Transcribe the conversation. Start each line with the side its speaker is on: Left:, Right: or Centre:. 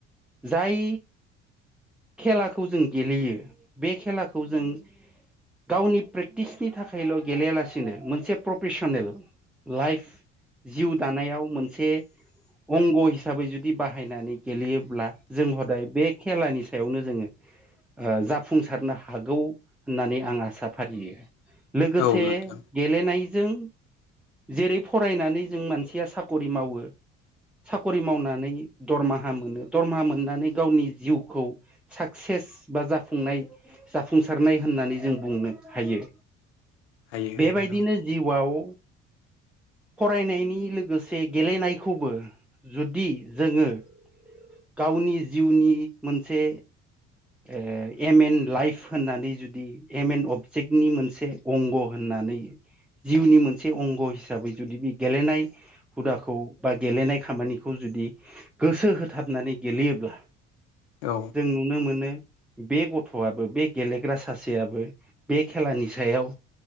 Centre: जाय खेलाखौ जों गेलेयो बे खेलाखौ जों गावनि प्रेक्टिसनि थाखायल' गेलेयालासिनो मोनसे प्रफेसनेल लाइफ जिउ दानायाव मोनसे अंग' हिसाबै जुदि बाहायनानै गेलेयोब्ला जों हदाय बे खेलानि सायावनो जोङो ओ जाफुंसारनो हागौ होननानै आं आसा फारियो लोगोसे
Left: औ नोंथां
Centre: गेलेनायजों जेरै फरायनानै जों मानसिया साख'रि मावो साखरि मावनानै दरमाहा मोनो दरमाहा मोननानै गावनि जिउखौ साक्से सेस बा जाफुंनाय जाफुंसारनाय होननानै जों बुंनो हायो।
Left: हायो हायो
Centre: बेबायदिनो जिउआव फरायनायनि लोगोसे गेलेनायखौबो जुदि जोङो गावनि जिउनि मोनसे ओ एम एन लाइफ होननानै जुदि एम एन अबजेक्टनि मोनसे अंग' होनना नै जिउनि मोनसे अंग हिसाबै जुदि बे गेलेनाय हुदाखौ बा गेलेनाय खामानिखौ जुदि गोसो होथाबनानै गेलेयोब्ला
Left: औ
Centre: जों नुनो मोनो बे गथ'आबो बे गेलेग्रा सासेयाबबो बे खेलानि सायाव